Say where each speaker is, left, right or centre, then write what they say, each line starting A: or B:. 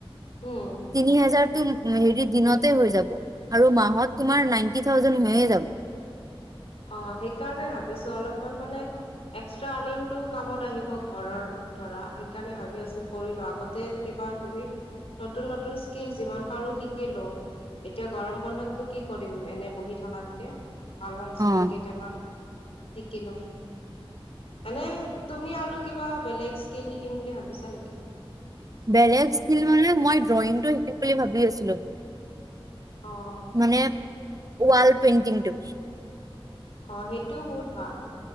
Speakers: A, on the left; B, on the right.
A: উম
B: তিনি হাজাৰ হেৰি দিনতে হৈ যাব আৰু মাহত তোমাৰ নাইনটি থাউজেন হৈয়ে যাব <unintelligible>
A: অ', সেইকাৰণে ভাবিছো অলপমান মানে এক্স্ৰা আৰ্নিংটো কামত আহিব ঘৰৰ ধৰা সেইকাৰণে ভাবি আছো কৰিলো আগতে বা কিবি নতুন, নতুন স্কিল যিমান পাৰো শিকিলো এতিয়া গৰম বন্ধতনো কি কৰিম এনে বহি থকাতকে ভাল কিল
B: অ
A: কেইটামান শিক কিলো এনে তুমি আৰু কিবা বেলেগ স্কিল শিকিম বুলি ভাবিছা নেকি
B: বেলেগ স্কিল মানে মই ড্ৰয়িংটো শিকিম বুলি ভাবি আছিলো
A: অ',
B: মানে ৱাল পেইণ্টিংটো
A: অ', সেইটোও বহুত ভাল